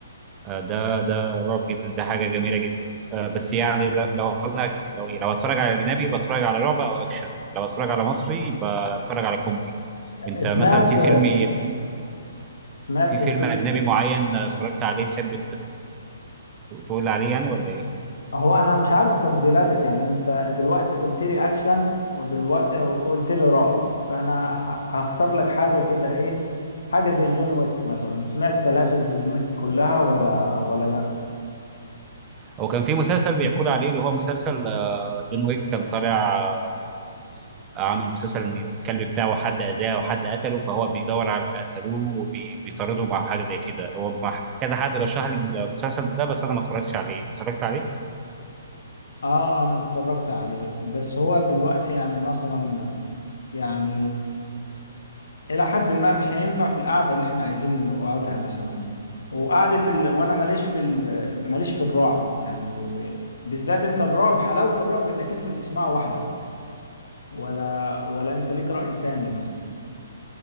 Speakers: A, on the right; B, on the left.
A: ده ده رعب جدا ده حاجة جميلة جدا آه، بس يعني ل- لو أنا لو إيه، لو أتفرج على أجنبي بتفرج على رعب أو أكشن لو أتفرج على مصري بتفرج على كوميدي أنت
B: سمعت
A: مثلا في فيلم
B: سمعت
A: في فيلم
B: سلسله
A: أجنبي معين اتفرجت عليه تحب تقول لي عليه يعني ولا ايه
B: هو انا مش عارف تفضيلاتك يعني انت دلوقتي قلت لي اكشن ودلوقتي وقلت لي رعب فانا ه- هختار لك حاجه كده ايه حاجه زي جون ويك مثلا سمعت سلاسل جون ويك كلها ولا ولا لا
A: هو كان في مسلسل بيحكوا لي عليه اللي هو مسلسل آه، جون ويك كان طالع آه، عامل مسلسل ان الكلب بتاعه حد اذاه وحد قتله فهو بيدور على اللي قتلوه وبيطارده مع حاجه زي كده هو مع- كذا حد رشح لي المسلسل ده بس انا ما اتفرجتش عليه أنت اتفرجت عليه
B: اه انا اتفرجت عليه بس هو دلوقتي يعني مثلا يعني الى حد ما مش هينفع في القعده اللي احنا عايزين نقعدها مثلا وقعده ال... وانا ماليش في ال... ماليش في الرعب يعني بالذات انت الرعب حلاوه الرعب انك انت تسمعه واحده ولا ولا انت ليك رأي تاني مثلا